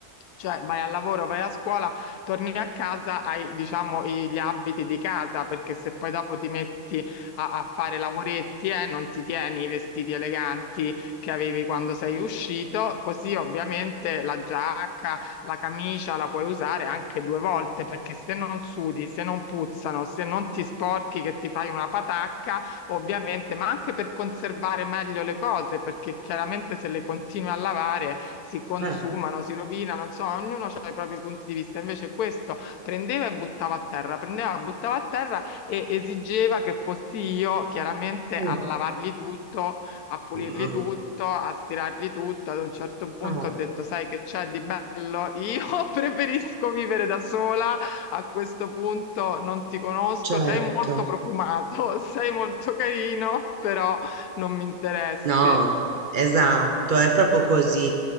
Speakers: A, on the left; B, on the right.
A: cioè vai al lavoro, vai a scuola, torni a casa, hai diciamo i- gli abiti di casa, perché se poi dopo ti metti a, a fare lavoretti, eh, non ti tieni i vestiti eleganti che avevi quando sei uscito, così ovviamente la giacca, la camicia la puoi usare anche due volte, perché se non sudi, se non puzzano, se non ti sporchi che ti fai una patacca, ovviamente, ma anche per conservare meglio le cose, perché chiaramente se le continui a lavare si consumano,
B: eh,
A: si rovinano, insomma, ognuno ha i propri punti di vista. Invece questo prendeva e buttava a terra, prendeva, e buttava a terra e esigeva che fossi io chiaramente
B: eh,
A: a lavargli tutto, a pulirgli
B: no,
A: tutto, a stirargli tutto. Ad un certo punto
B: no,
A: ho detto, sai che c'è di bello? Io <laughs> preferisco vivere da sola, a questo punto non ti conosco,
B: certo,
A: sei molto profumato, <laughs> sei molto carino, però non mi interessi.
B: no, esatto, è proprio così.